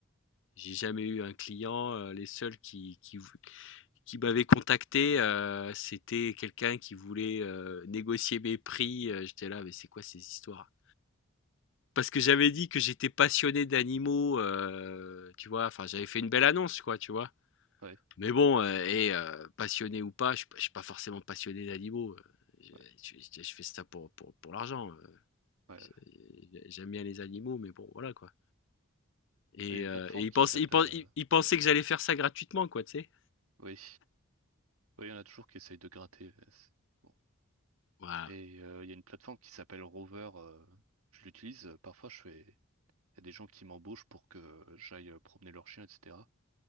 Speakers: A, on the left; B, on the right.
A: J'ai jamais eu un client. euh, les seuls qui, qui, vou- qui m'avaient contacté, euh, c'était quelqu'un qui voulait euh, négocier mes prix. Euh, J'étais là, mais c'est quoi ces histoires? Parce que j'avais dit que j'étais passionné d'animaux, euh, tu vois. Enfin, j'avais fait une belle annonce, quoi, tu vois.
B: Ouais,
A: Mais bon, euh, et euh, passionné ou pas, je suis pas je suis pas forcément passionné d'animaux. euh,
B: ouais,
A: Je, je- je fais ça pour, pour, pour l'argent. euh,
B: ouais.
A: j'ai-
B: ouais.
A: J'aime bien les animaux, mais bon, voilà, quoi. Et,
B: Il y a une
A: euh,
B: plateforme
A: et il
B: qui
A: pensait,
B: s'appelle.
A: il pen-
B: euh,
A: il- il pensait que j'allais faire ça gratuitement, quoi, tu sais.
B: Oui. Oui, il y en a toujours qui essayent de gratter. euh, c'est- bon.
A: voilà
B: Et euh, il y a une plateforme qui s'appelle Rover. euh, je l'utilise. euh, Parfois, je fais. Il y a des gens qui m'embauchent pour que j'aille euh, promener leur chien, etc.